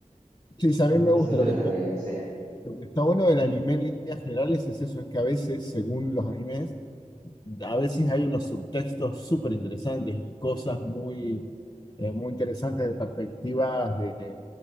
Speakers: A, on the left; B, on the right.
A: Sí, sí, a mí me
B: es
A: gusta.
B: entretenido,
A: Lo que,
B: sí.
A: lo que está bueno del anime en líneas generales es eso, es que a veces, según los animes, a veces hay unos subtextos súper interesantes y cosas muy, eh, muy interesantes de perspectivas de, de